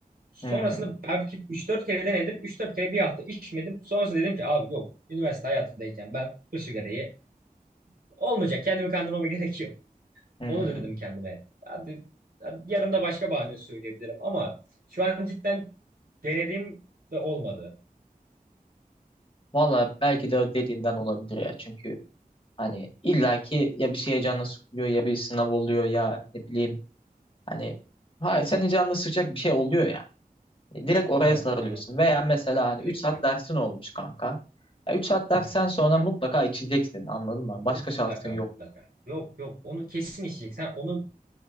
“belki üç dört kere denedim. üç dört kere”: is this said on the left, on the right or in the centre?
Right